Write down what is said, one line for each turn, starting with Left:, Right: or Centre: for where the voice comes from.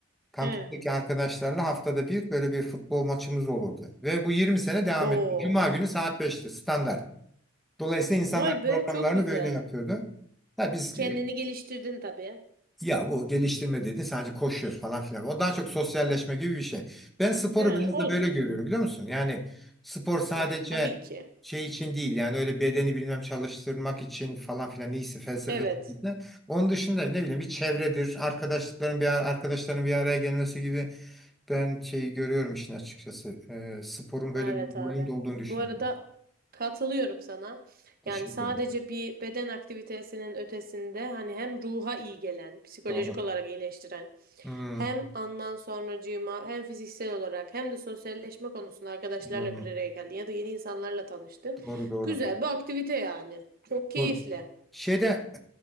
Centre: kampüsteki
Right: He.
Centre: arkadaşlarla haftada bir böyle bir futbol maçımız olurdu. Ve bu 20 sene devam
Right: Oo.
Centre: etti. Cuma günü saat beşti standart. Dolayısıyla insanlar
Right: Vay be
Centre: programlarını
Right: çok güzel.
Centre: böyle yapıyordu. Da biz
Right: Kendini geliştirdin tabii.
Centre: ya bu geliştirme dedi sadece koşuyoruz falan filan. O daha çok sosyalleşme gibi bir şey. Ben sporu
Right: He,
Centre: biraz
Right: olsun.
Centre: da böyle görüyorum biliyor musun? Yani spor sadece
Right: Ya tabii ki.
Centre: şey için değil yani öyle bedeni bilmem çalıştırmak için falan filan neyse felsefesi.
Right: Evet.
Centre: de. Onun dışında ne bileyim bir çevredir, arkadaşlıkların bir ar- arkadaşların bir araya gelmesi gibi ben şeyi görüyorum işin açıkçası. Ee, sporun böyle
Right: Evet
Centre: bir
Right: abi.
Centre: rolünde olduğunu düşünüyorum.
Right: Bu arada katılıyorum sana.
Centre: Teşekkür
Right: Yani sadece
Centre: ederim.
Right: bir beden aktivitesinin ötesinde hani hem ruha iyi gelen, psikolojik
Centre: Doğru.
Right: olarak iyileştiren,
Centre: Hmm,
Right: hem andan sonracığıma hem fiziksel olarak hem de sosyalleşme konusunda arkadaşlarla
Centre: hmm.
Right: bir araya geldin ya da yeni insanlarla tanıştın.
Centre: Doğru doğru.
Right: Güzel bir aktivite yani. Çok keyifli.
Centre: Doğru. Şeyde